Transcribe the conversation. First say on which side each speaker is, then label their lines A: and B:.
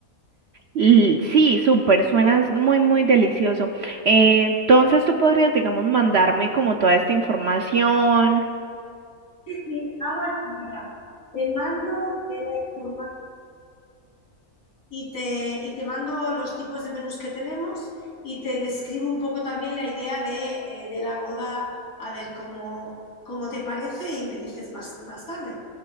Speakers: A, on the right; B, on the left.
A: L- Sí, súper, suena muy, muy delicioso. Eh, entonces tú podrías, digamos, mandarme como toda esta información.
B: Sí, sí, hago así, mira. Te mando eh, la información. Y te, y te mando los tipos de menús que tenemos y te describo un poco también la idea de, eh, de la boda, a ver cómo, cómo te parece y me dices más, más tarde.